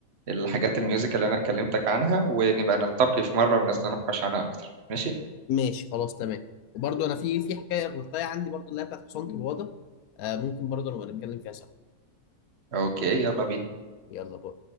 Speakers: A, on the right; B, on the left.
A: الحاجات الميوزك اللي أنا كلمتك عنها ونبقى نلتقي في مرة ونتناقش عنها أكتر ماشي؟
B: ماشي خلاص تمام وبرضه انا في في حكايه الرقايه عندي برضه اللي هي بتاعت حصانه الوضع آه ممكن برضه نبقى نتكلم فيها سوا
A: أوكي يلا بينا
B: يلا باي